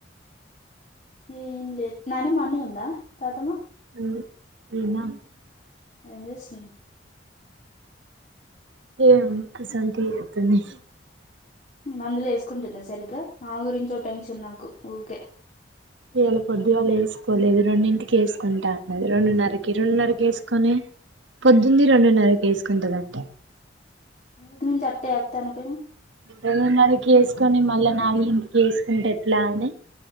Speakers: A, on the left; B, on the right.
A: ఏం లేదు నాన్నమ్మ అన్నే ఉందా తాతమ్మ
B: <unintelligible>
A: ఏం చేస్తుంది
B: <unintelligible>
A: మందులు వేసుకుంటుందా సరిగ్గా ఆమె గురించే టెన్షన్ నాకు ఊకె
B: ఇవాళ పొద్దుగాళ్ళ వేసుకోలేదు రెండింటికి వేసుకుంటా ఆన్నది రెండున్నరకి రెండున్నరకి వేసుకొలే పొద్దుంది రెండున్నర కి వేసుకుంటాదంట
A: టు థర్టీ <unintelligible>
B: రెండున్నరకి ఏసుకొని మళ్ళా నాలగు ఇంటికి వేసుకుంటే ఎట్లా అని